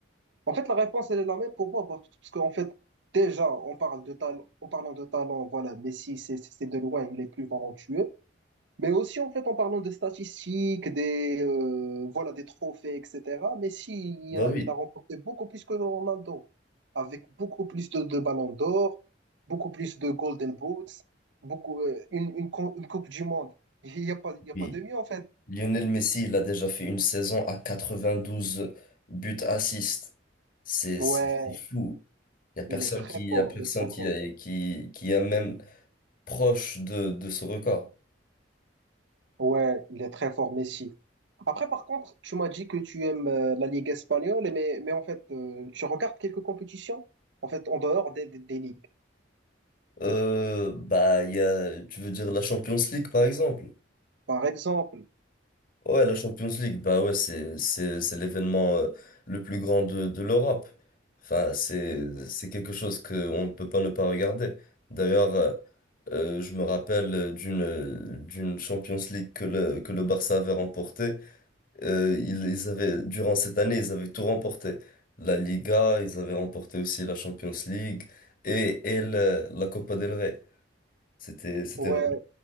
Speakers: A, on the right (about 70°); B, on the left (about 45°).
A: En fait, la réponse, elle est la même pour moi, parce parce qu'en fait, déjà, on parle de talent, en parlant de talent, voilà, Messi, c'est c'est- c'est de loin, il est plus talentueux. Mais aussi, en fait, en parlant de statistiques, des, euh, voilà, des trophées, etc., Messi, il
B: Bah
A: a,
B: oui,
A: il a remporté beaucoup plus que Ronaldo, avec beaucoup plus de, de ballons d'or, beaucoup plus de Golden Boots, beaucoup, euh, une, une, co- une Coupe du Monde. <laughs> Il n'y a pas, il y a
B: oui.
A: pas de mieux, en fait.
B: Lionel Messi, il a déjà fait une saison à 92 buts assists. C'est
A: Ouais,
B: c'est c'est fou. Il y a personne
A: il est très
B: qui y
A: fort,
B: a personne
A: il est très
B: qui
A: fort.
B: qui qui est même proche de de ce record.
A: Ouais, il est très fort, Messi. Après, par contre, tu m'as dit que tu aimes euh, la Ligue espagnole, mais, mais en fait, euh, tu regardes quelques compétitions, en fait, en dehors des, des, des ligues.
B: Euh, bah, il y a, tu veux dire la Champions League, par exemple?
A: Par exemple,
B: Ouais, la Champions League, bah ouais, c'est, c'est, c'est l'événement euh, le plus grand de, de l'Europe. Enfin, c'est, c'est quelque chose qu'on ne peut pas ne pas regarder. D'ailleurs, euh, euh, je me rappelle euh, d'une, euh, d'une Champions League que le, que le Barça avait remportée. Euh, ils, ils avaient, durant cette année, ils avaient tout remporté. La Liga, ils avaient remporté aussi la Champions League et, et la, la Copa del Rey. C'était, c'était
A: ouais,